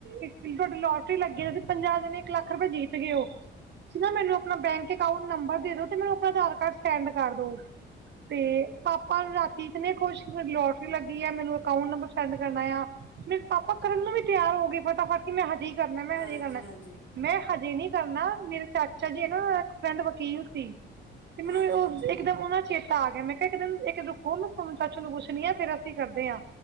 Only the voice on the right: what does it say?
ਇੱਕ ਤੁਹਾਡੀ ਲੌਟਰੀ ਲੱਗੀ ਤੁਸੀਂ ਪੰਜਾਹ ਜਣੇ ਇੱਕ ਲੱਖ ਰੁਪਏ ਜੀਤ ਗਏ ਔ। ਤੁਸੀਂ ਨਾ ਮੈਨੂੰ ਆਪਣਾ ਬੈਂਕ ਅਕਾਊਟ ਨੰਬਰ ਦੇ ਦੋ ਤੇ ਮੈਨੂੰ ਆਪਣਾ ਅਧਾਰ ਕਾਰਡ ਸੈਂਡ ਕਰ ਦੋ। ਤੇ ਪਾਪਾ ਰਾਤੀ ਈਤਨੇ ਖੁਸ਼ ਲੋੌਟਰੀ ਲੱਗੀ ਏ। ਮੈਨੂੰ ਅਕਾਊਂਟ ਨੰਬਰ ਸੈਂਡ ਕਰਨਾ ਏ ਆ। ਮੇਰੇ ਪਾਪਾ ਕਰਨ ਨੂੰ ਵੀ ਤਿਆਰ ਹੋ ਗਏ ਫਟਾਫਟ ਕਿ ਮੈਂ ਹਜੇ ਹੀ ਕਰਨਾ, ਮੈਂ
ਹਜੇ ਹੀ ਕਰਨਾ,
ਮੈਂ ਹਜੇ ਨੀ ਘਰ ਨਾ ਮੇਰੇ ਚਾਚਾ ਜੀ ਹੈ ਨਾ ਇੱਕ ਫਰਿੰਡ ਵਕੀਲ ਸੀ, ਤੇ ਮੈਨੂੰ
ਉਹ
ਇੱਕਦਮ ਉਹਨਾ ਚੇਤਾ ਤਾਂ ਆ ਗਿਆ ਮੈਂ ਕਿਹਾ ਇੱਕ ਦਿਨ ਇੱਕ ਰੁਕੋ ਮੈਂ ਸੋਨੂੰ ਚਾਚੂ ਨੂੰ ਪੁੱਛਣੀ ਆ ਫ਼ਿਰ ਅਸੀਂ ਕਰਦੇ ਆ।